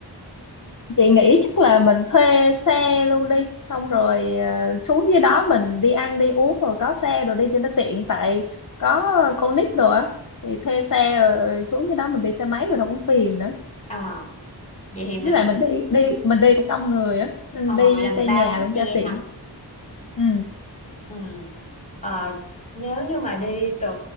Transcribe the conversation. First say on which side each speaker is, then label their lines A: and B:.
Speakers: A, on the left (about 50°); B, on the left (about 15°).
A: Chị nghĩ chắc là mình thuê xe luôn đi xong rồi ờ, xuống dưới đó mình đi ăn đi uống rồi có xe rồi đi cho nó tiện tại có con nít rồi á thì thuê xe rồi xuống dưới đó mình đi xe máy rồi nó cũng phiền nữa
B: à, vậy thì mình
A: với lại mình đi đi mình đi cũng đông người á nên
B: ờ,
A: đi
B: vậy là mình
A: xe
B: bao
A: nhà
B: chiếc
A: luôn
B: xe
A: cho tiện
B: ha
A: ừ
B: ừ. Ờ, nếu như mà đi từ